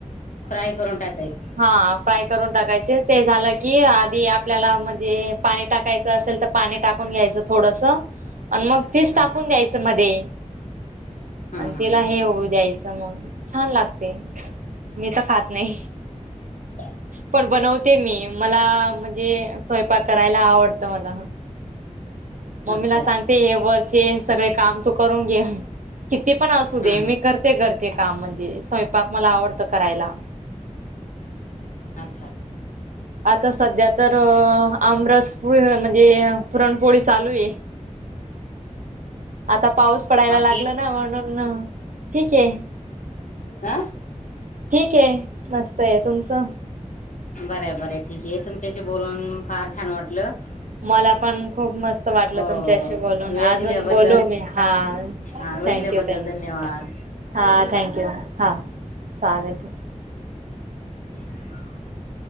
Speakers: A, on the left; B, on the right.
A: फ्राय करून टाकायचे
B: हा फ्राय करून टाकायचं. ते झालं की अ आधी आपल्याला म्हणजे पाणी टाकायचं असेल तर पाणी टाकून घ्यायचं थोडस आण मग फिश टाकून
A: हम्म
B: घ्यायचं मदे
A: हा
B: तिला
A: हा
B: हे
A: हा
B: होऊ द्यायचं मग छान लागते मी त खात नइ
A: <inaudible>
B: पण बनवते मी मला म्हजे स्वयंपाक करायला आवडत मला मम्मीला
A: अच्छा
B: सांगते हे बन सगळे काम त करून घे किती पण अस
A: हा
B: दे मी
A: हा
B: करते घरचे कामज्ञम्हण्जे स्वयपाक मला आवडत करायला
A: अच्छा
B: आता सध्या तर आमरस पुुरळ म्हण जे पुरणपोळी चालूये आता पाऊस पडायला
A: बाकी
B: लागलाना म्हणूण ठीके
A: हा
B: ठीके मस्तये. तुमचंं?
A: बरय बरय ठीके तुमच्याशी बोलून फार छान वाटलं
B: मला पण खूप मस्त वाटलं
A: हो
B: तुमच्याशी बोलून
A: वेळ
B: अजून
A: दिल्याबद्दल
B: बोलू मी हा
A: हा वेळ
B: थँक्यू
A: दिल्याबद्दल
B: थँक्यू
A: धन्यवाद.
B: हा थँक्यू हा चालेल
A: ह